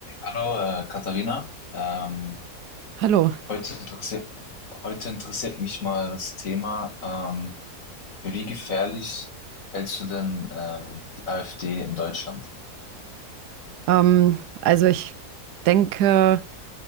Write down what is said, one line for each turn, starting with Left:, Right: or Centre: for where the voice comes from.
Left: Hallo, äh, Katharina. Ähm,
Right: Hallo.
Left: heute interessiert, heute interessiert mich mal das Thema, ähm, wie gefährlich hältst du denn ähm, die AfD in Deutschland?
Right: Ähm, also ich denke,